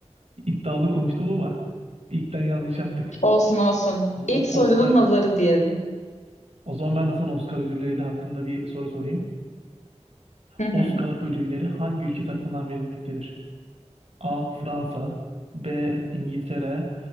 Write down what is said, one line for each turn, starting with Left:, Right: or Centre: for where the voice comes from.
Right: İddialı konuştum ama ilkten yanlış yaptık.
Left: Olsun olsun.
Right: O zaman
Left: İlk sorunun
Right: Oscar,
Left: nazarı diyelim.
Right: o zaman ben de sana Oscar ödülleri hakkında bir soru sorayım.
Left: Hı hı.
Right: Oscar ödülleri hangi ülke tarafından verilmektedir? A. Fransa B. İngiltere